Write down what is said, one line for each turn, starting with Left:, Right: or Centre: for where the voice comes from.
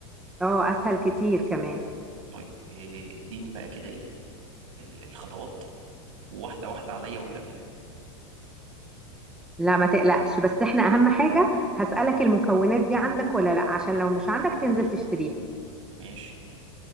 Centre: اه اسهل كتير كمان
Right: طيب إيه، إديني بقى كده إيه ال- الخطوات واحدة واحدة عليا والنبي
Centre: لا ما تقلقش بس احنا اهم حاجه هسالك المكونات دي عندك ولا لا عشان لو مش عندك تنزل تشتريها
Right: ماشي